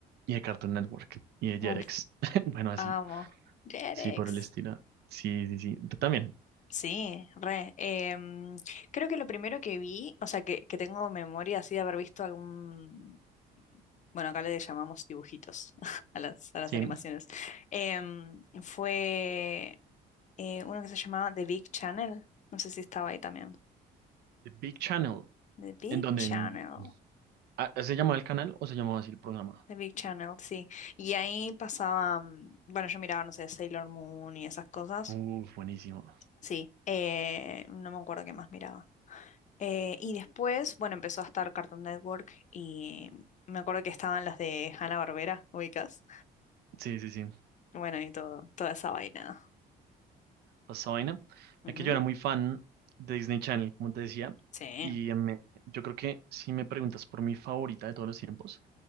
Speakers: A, on the right; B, on the left.
A: y de Cartoon Network y de
B: Uy,
A: Jetix. <laughs> Bueno, así,
B: amo. Jerex.
A: sí, por el estilo. Sí, sí, sí. Tú también.
B: Sí, re. Em, creo que lo primero que vi, o sea, que, que tengo memoria así de haber visto algún, bueno, acá le llamamos dibujitos <laughs> a las, a las
A: Sí.
B: animaciones, Em, fue eh, uno que se llamaba The Big Channel, no sé si estaba ahí también.
A: The Big Channel.
B: The Big
A: ¿En donde?
B: Channel.
A: Ah, ¿Se llamaba el canal o se llamaba así el programa?
B: The Big Channel, sí. Y ahí pasaba, mm, bueno, yo miraba, no sé, Sailor Moon y esas cosas.
A: Uf, buenísimo.
B: Sí, eh, no me acuerdo qué más miraba. Eh, y después, bueno, empezó a estar Cartoon Network y me acuerdo que estaban las de Hanna-Barbera, ubicas.
A: Sí, sí, sí.
B: Bueno, y todo, toda esa vaina.
A: Esa vaina.
B: Ujú,
A: Es que yo era muy fan de Disney Channel, como te decía.
B: Sí.
A: Y em, me- yo creo que si me preguntas por mi favorita de todos los tiempos